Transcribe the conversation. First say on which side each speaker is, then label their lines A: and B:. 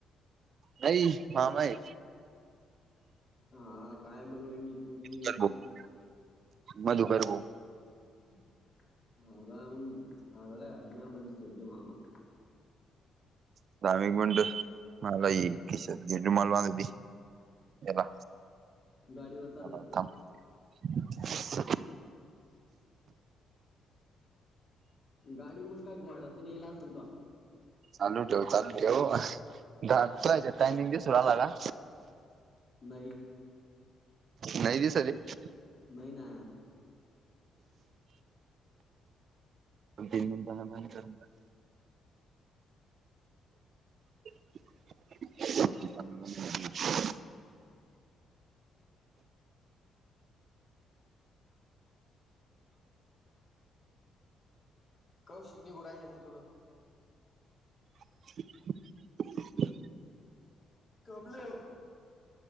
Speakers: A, on the right; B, on the left.
A: नाही मामा हाय.
B: हा काय म्हठल मग तू बी.
A: कर भाऊ मधुकर
B: <unintelligible>
A: <unintelligible> गेला.
B: गाडीवर चालला
A: जरा
B: काय
A: थांब.
B: गाडी मग काय घोडाच नेला असन तो.
A: चालू ठेव, चालू ठेव आताच्या टायमिंग दिसु आला का.
B: नाही.
A: नाही दिसत आहे.
B: नाही ना.
A: तीन मिनटांना बंद करून टाक. <inaudible>
B: कव शिकू नाही राहिली मग तेवड.
A: <inaudible>
B: कवले.